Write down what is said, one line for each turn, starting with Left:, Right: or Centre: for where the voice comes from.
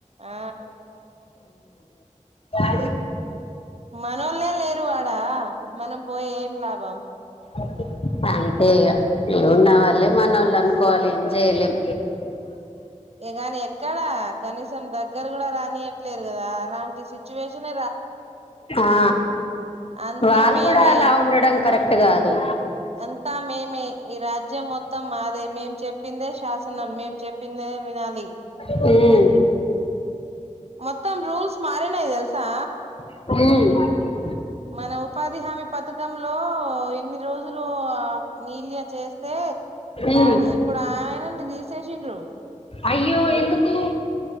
Right: ఆ
Left: ఆ
Right: మనోలే లేరు అడా మనం పోయి ఏం లాభం
Left: ఓకే అంతే ఇగ ఉన్నవాళ్ళే మన వాళ్ళు అనుకోవాలి ఏం చేయలేం
Right: ఇగాని ఎక్కడ కనీసం దగ్గర కూడా రానియట్లేదు కదా అలాంటి సిచ్యువేషన్
Left: ఆ
Right: అంతా
Left: వాళ్ళు
Right: మేమే
Left: కూడా అలా ఉండడం కరెక్ట్ కాదు
Right: అంతా మేమే. ఈ రాజ్యం మొత్తం మాదే మేం చెప్పిందే శాసనం మేము చెప్పిందే వినాలి
Left: హ్మ్
Right: మొత్తం రూల్స్ మారినై తెల్సా
Left: హ్మ్
Right: మన ఉపాధి హామీ పథకంలో ఎన్ని రోజులు నీల్యా చేస్తే
Left: ఉమ్
Right: ఇప్పుడు ఆయా నుండి తీసేసిండ్రు
Left: అయ్యో ఎందుకు